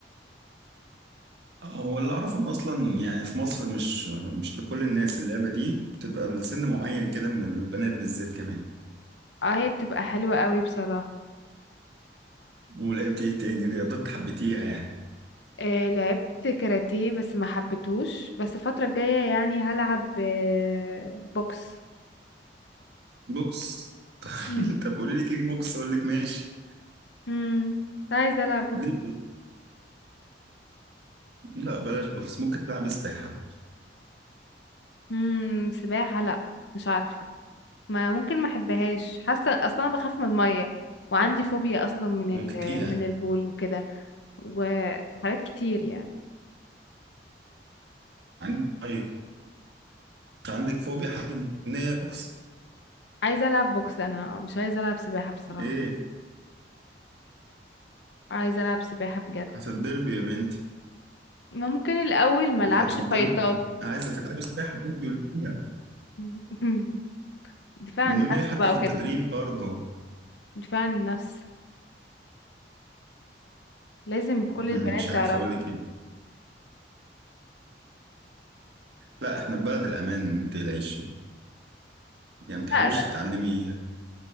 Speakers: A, on the right; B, on the left.
A: هو اللي اعرفه إن اصلا يعني في مصر مش مش لكل الناس اللعبه دي بتبقى لسن معين كده من البنات بالذات كمان
B: اه هي بتبقى حلوة قوي بصراحة
A: ولعبت ايه تاني رياضات حبيتيها يعني
B: آه لعبت كاراتيه بس ما حبيتهوش بس الفترة الجاية يعني هلعب آه، بوكس
A: بوكس <laughs>
B: مم.
A: طب قولي لي كيك بوكس اقول لك ماشي
B: امم عايزة العب بوكس
A: ليه لا بلاش بس ممكن تلعب سباحة
B: امم سباحة لا مش عارفة ما ممكن ما احبهاش حاسة اصلا انا بخاف من المية وعندي فوبيا اصلا من
A: ممكن
B: ال
A: تيها
B: <laughs> من البول وكده وحاجات كتير يعني
A: عندك طيب مش عندك فوبيا حاجة بنية بوكس
B: عايزة العب بوكس انا مش عايزة العب سباحة بصراحة
A: ايه
B: عايزة العب سباحة بجد
A: هتتضربي يا بنتي
B: ممكن الاول ما العبش
A: هتتضربي
B: فايتات
A: عايزة تلعبي سباحة بنتي قلتيها
B: <laughs> دفاع
A: والنبي
B: عن النفس
A: حتى
B: بقى
A: في
B: وكده
A: التدريب برضه
B: دفاع عن النفس لازم كل البنات
A: مم، مش عارف
B: تعرفه
A: اقول لك ايه لا احنا في بلد الامان ما تقلقيش يعني
B: لا
A: ما تحاوليش
B: لا
A: تتعلمي